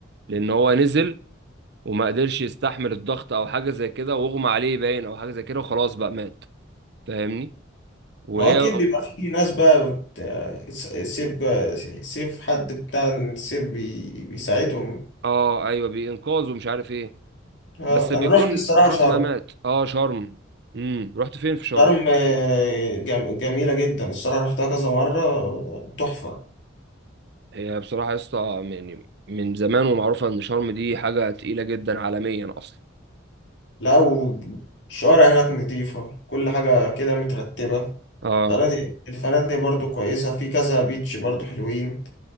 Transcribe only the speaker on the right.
لأن هو نزل وما قدرش يستحمل الضغط أو حاجة زي كده واغمى عليه باين أو حاجة زي كده وخلاص بقى مات فاهمني وهي
اه ايوه بينقاذ ومش عارف ايه
بس بيكون
خلاص
ما مات اه شرم امم رحت فين في
شرم
هي بصراحه يا اسطى يعني من زمان ومعروفه ان شرم دي حاجه تقيله جدا عالميا اصلا
اه